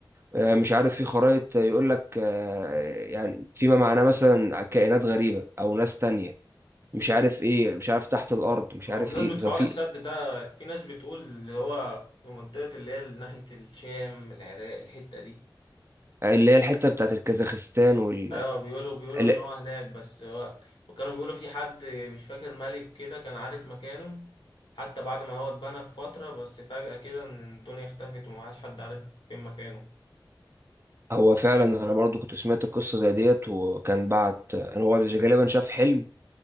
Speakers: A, on the right; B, on the left.
A: آه، مش عارف في خرائط يقول لك آه، يعني فيما معناه مثلا كائنات غريبة أو ناس تانية مش عارف إيه مش عارف تحت الأرض مش
B: هو
A: عارف
B: بمناسبة
A: إيه كان
B: حوار
A: في
B: السد ده في ناس بتقول اللي هو في منطقة اللي هي ناحية الشام العراق الحتة دي
A: اللي هي الحتة بتاعت الكازاخستان وال
B: ايوه بيقولوا بيقولوا
A: لا،
B: ان هو هناك بس هو وكانوا بيقولوا في حد مش فاكر ملك كده كان عارف مكانه حتى بعد ما هو اتبنى في فترة بس فجأة كده الدنيا اختفت ومبقاش حد عارف فين مكانه
A: هو فعلا أنا برضو كنت سمعت القصة زي ديت وكان بعت أنا هو غالبا شاف حلم